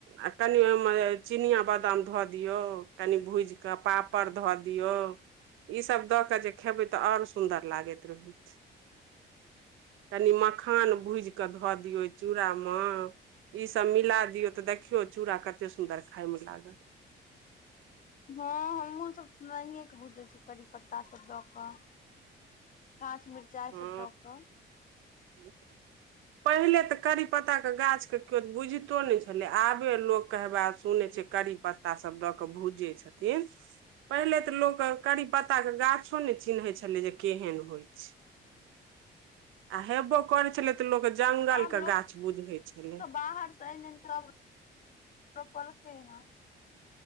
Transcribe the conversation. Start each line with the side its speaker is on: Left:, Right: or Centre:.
Right: आ तनि ओहिमे चिनआ बादाम धऽ दियौ, तनि भूजि कऽ पापड़ धऽ दियौ ई सब द के जे खेबै तऽ और सुंदर लागैत रहैत छै, कनि म खान भूजि कऽ धऽ दियौ ओहि चूडा मे ई सभ मिला दियौ तऽ देखियौ चूड़ा कतै सुन्दर खायमे लागत।
Left: हँ हमहूँ सभ नहिए के बुझै छीयै करी पत्ता सभ दऽ कऽ। काँच मिर्चाइ
Right: हँ
Left: सब दऽ कऽ
Right: <inaudible> पहिले तऽ करी पत्ताक के गाछ के केओ बुझितो नहि छलय, आबे लोक कहबा सुनै छै करी पत्ता सब दऽ कऽ भूजै छथिन। पहिले त लोक अ करी पत्ता के गाछो नए चिन्हे छले जे केहन होइ छै। आ हेबो करै छलै तऽ लोक जंगल
Left: आब
Right: के
Left: लोक
Right: गाछ बुझैय छले।
Left: सब बाहर स अइन- अइन क रोपल के इहँ।